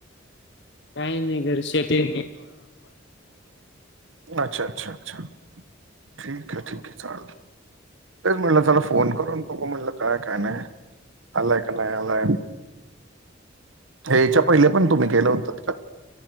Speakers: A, on the left (about 60°); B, on the right (about 85°).
A: काही नाही घर शती
B: अच्छा अच्छा अच्छा ठीक आहे ठीक आहे चा तेच म्हटलं चला फोन करून बोघो म्हटलं काय काय नाही. आलाय का नाहीय आलाय हच्या पहिले पण तुम्ही केलं होत.